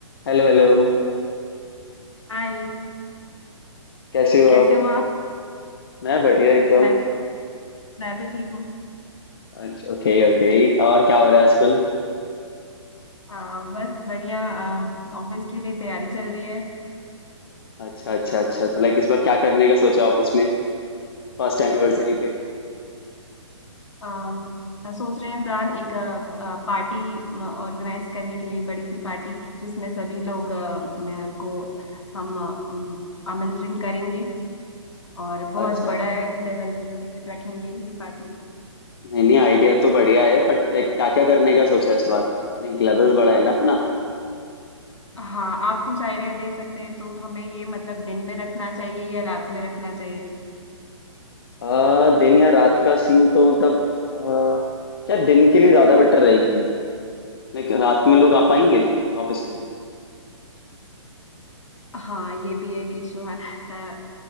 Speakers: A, on the left (about 50°); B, on the left (about 70°).
A: Hello hello
B: हाय
A: कैसे हो
B: कैसे
A: आप
B: हो आप
A: मैं बढ़िया एकदम
B: मैं मैं भी ठीक हूँ
A: अच्छा ओके ओके और क्या हो रहा है आजकल
B: आ, बस बढ़िया ऑफिस के लिए तैयारी चल रही है
A: अच्छा अच्छा अच्छा तो लाइक इस बार क्या करने का सोचा ऑफिस में फर्स्ट एनिवर्सरी पे
B: आ, सोच रहे हैं प्लान एक पार्टी ऑर्गेनाइज करने के लिए बड़ी सी पार्टी जिसमें सभी लोग आ, न- को हम आ, अम, आमंत्रण करेंगे और बहुत
A: अच्छा
B: बड़ा लेवल रखेंगे ये पार्टी
A: नहीं नहीं आइडिया तो बढ़िया है बट लाइक क्या क्या करने का सोचा है इस बार नहीं लेवल बड़ा है ना अपना
B: हाँ आप कुछ आइडिया दे सकते हैं तो हमें ये मतलब दिन में रखना चाहिए या रात में रखना चाहिए
A: आ, दिन या रात का सीन तो मतलब आ, क्या दिन के लिए ज्यादा बेटर रहेगी लाइक रात में लोग आ पाएंगे ऑफिस के
B: हाँ ये भी है कि शो है अ,